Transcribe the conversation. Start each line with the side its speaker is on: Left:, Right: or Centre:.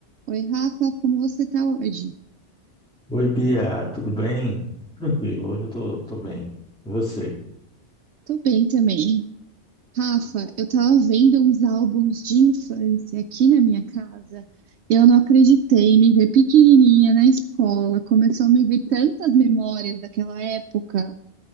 Right: Oi, Rafa, como você tá hoje?
Centre: Oi, Bia, tudo bem? Tranquilo, hoje eu tô, tô bem. E você?
Right: Tô bem também. Rafa,
Centre: Boa.
Right: eu tava vendo uns álbuns de infância aqui na minha casa e eu não acreditei, me ver pequenininha na escola, começou a me vir tantas memórias daquela época.